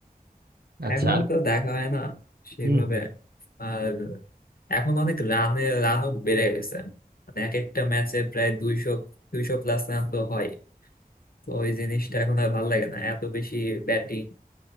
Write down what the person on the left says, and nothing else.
এখন
তো দেখা হয় না সেভাবে
আর এখন অনেক রানে রানও বেড়ে গেছে মানে এক একটা ম্যাচে প্রায় দুইশো দুইশো প্লাস রান তো হয় তো ওই জিনিসটা এখন আর ভালো লাগে না এত বেশি ব্যাটিং